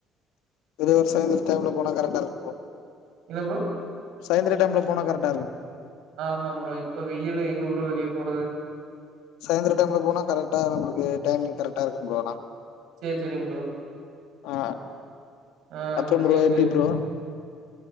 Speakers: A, on the left; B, on the right.
A: இதே ஒரு சாய்ந்தர டைம்ல போனா கரெக்டாருக்கு
B: என்ன ப்ரோ
A: சாய்ந்திர டைம்ல போனா கரெக்டா இருக்கு
B: ஆ ஆமா ப்ரோ இப்ப வெயில்ல எங்க ப்ரோ வெளிய போறது
A: சாயந்தர டைம்ல போனா கரெக்டா நம்மளுக்கு டைமிங் கரெக்டா இருக்கும் ப்ரோ ஆனா
B: சேரி சேரிங் ப்ரோ
A: ஆ
B: ஆ
A: அப்றோ
B: சேரி
A: ப்ரோ எப்டி
B: சேரிங்
A: ப்ரோ